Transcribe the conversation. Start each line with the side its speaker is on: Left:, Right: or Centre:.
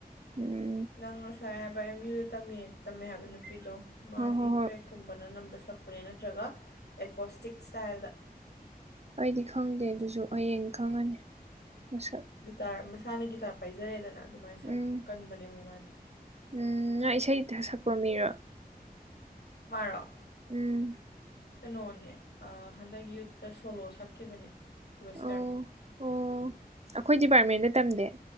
Right: ꯎꯝ
Left: ꯅꯪ ꯉꯁꯥꯏ ꯍꯥꯏꯕ ꯑꯦꯝ ꯌꯨꯗꯝ ꯇꯝꯃꯦ ꯍꯥꯏꯕ ꯅꯨꯄꯤꯗꯣ ꯃꯥꯗꯤ
Right: ꯍꯣꯏ ꯍꯣꯏ ꯍꯣꯏ
Left: ꯇ꯭ꯔꯦꯛ꯫ ꯀꯨꯝꯕꯅ ꯅꯝꯕ ꯁꯛꯄꯅꯦ ꯅꯠꯇ꯭ꯔꯒ ꯑꯦꯀꯣꯁꯇꯤꯛ ꯁ꯭ꯇꯥꯏꯜꯗ꯫
Right: ꯑꯩꯗꯤ ꯈꯪꯗꯦ ꯑꯗꯨꯁꯨ ꯍꯌꯦꯡ ꯈꯪꯉꯅꯤ ꯃꯁꯛ꯫
Left: ꯒꯤꯇꯥꯔ ꯃꯁꯥꯅ ꯒꯤꯇꯥꯔ ꯄꯥꯏꯖꯔꯦꯗꯅ ꯑꯗꯨꯃꯥꯏꯅ
Right: ꯎꯝ
Left: ꯁꯛ ꯀꯟꯕꯅꯦꯕ ꯃꯥꯗꯤ꯫
Right: ꯎꯝ ꯉꯥ ꯏꯁꯩ ꯁꯛꯄ ꯃꯤꯔꯣ꯫
Left: ꯃꯥꯔꫭ꯫
Right: ꯎꯝ꯫
Left: ꯀꯩꯅꯣꯅꯦ ꯍꯟꯗꯛ ꯌꯨꯠꯇ ꯁꯣꯂꯣ ꯁꯛꯈꯤꯕꯅꯦ꯫ ꯋꯦꯁꯇꯔꯟ
Right: ꯑꯣ ꯑꯣ ꯑꯩꯈꯣꯏ ꯗꯤꯄꯥꯔꯠꯃꯦꯟꯗ ꯇꯝꯗꯦ